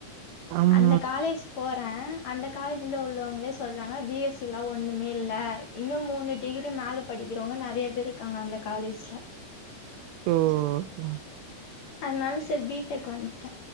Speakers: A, on the right; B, on the left.
A: அம்
B: அந்த காலேஜ் போறே அந்த காலேஜ்ல உள்ளவ்ங்ளேஸ் சொல்றாங்க பி எஸ் சி லா ஒன்னுமே இல்ல இன்னு மூணு டிகிரி மேல படிக்கிறவ்ங்க நெறைய பேர் இருக்காங்க அந்த காலேஜ்ல
A: ஓ ம்
B: அதுனால செரி பி டெக் வன்ட்ட